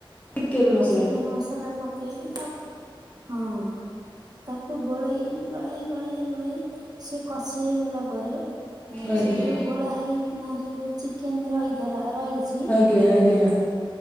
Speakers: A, on the left; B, on the right.
A: ଚିକେନ ମସଲା।
B: ଚିକେନ୍ ମସଲା ପକେଇକି ତା ହଁ। ତାକୁ ଗୋଳେଇ, ଗୋଳେଇ, ଗୋଳେଇ, ଗୋଳେଇ ସିଏ କଷି ହେଇଗଲା ପରେ
A: ଆଜ୍ଞା
B: ସେ ଯୋଉ ଗୋଳା ହେଇକିନା ଯୋଉ ଚିକେନ୍ ରହିଥିଲା ରହିଚି
A: ଅଜ୍ଞା। ଆଜ୍ଞା।